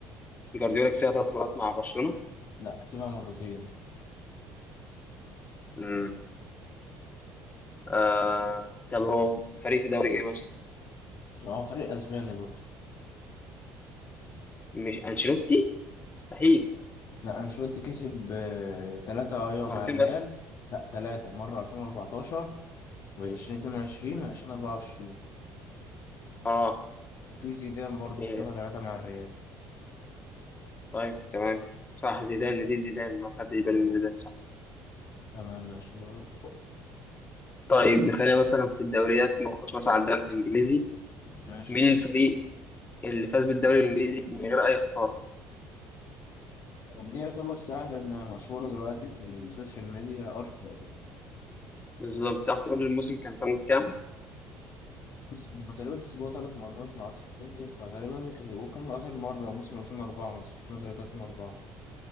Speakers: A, on the left; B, on the left.
A: جوارديولا كسبها ثلاث مرات مع برشلونة
B: لا كسبها مرتين
A: امم آه طب هو فريق في دوري ايه مثلا
B: هو فريق أسباني برضه
A: مش انشيلوتي مستحيل
B: لا أنشيلوتي كسب آه ثلاثة أيوة
A: مرتين
B: مع الريال
A: بس
B: لا ثلاثة مرة 2014 و2022 و2024
A: اه
B: وفي زيدان برضه
A: إيه.
B: كسبها ثلاثة مع الريال
A: طيب تمام صح زيدان نسيت زيدان ما خدتش بالي
B: اه
A: من زيدان صح
B: تمام ماشي دورك
A: طيب نخلينا مثلا في الدوريات ما نخش مثلا على الدوري الانجليزي
B: ماشي
A: مين الفريق اللي فاز بالدوري الانجليزي من غير اي خساره
B: دي يعتبر سهل إنها مشهورة دلوقتي في السوشيال ميديا أرسنال
A: بالظبط تعرف تقول لي الموسم كان سنه كام
B: بص، هما تقريبا كسبوها ثلاث مرات مع أرسنال فغالبا كده وكان آخر مرة موسم 2004 مثلا 2003 2004